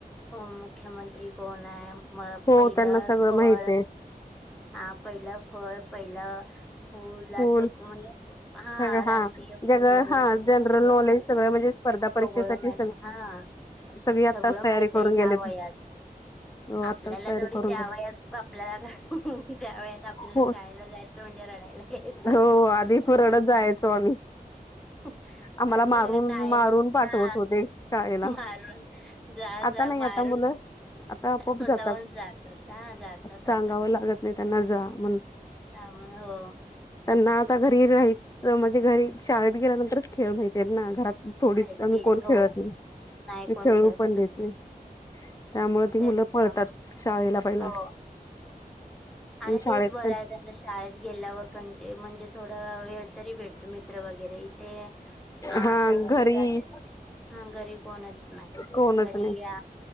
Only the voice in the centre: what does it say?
अ मुख्यमंत्री कोण आहे म
पहिलं
फळ
हा पहिलं फळ पहिल फुल
असं म्हणजे हा
राष्ट्रीय फूल
वगैरे
सगळं
सगळं
माहिती
आहे.
सगळं माहित आहे हा
सगळं
माहित
आहे ह्या
वयात.
आपल्याला
तेवढी
त्या
वयात आपल्यालात त्या वयात आपल्याला
शाळेला जायचं म्हणजे रडायला यायचं
<unintelligible>
आधी
नाही
हा
मारून जा
जा
मारून
स्वतःहून
जात होता जातात
आता.
त्या म्हण हो
माहिती
आहे.
हो,
कोण
खेळत
होतं
तेच
ना.
हो आणि
तेच बरं आहेत त्यांना शाळेत गेल्यावर कंट म्हणजे थोडा वेळ तरी भेटतो मित्र वगैरे ते आता
मी
राहते हा घरी कोणच नाही
घरी
या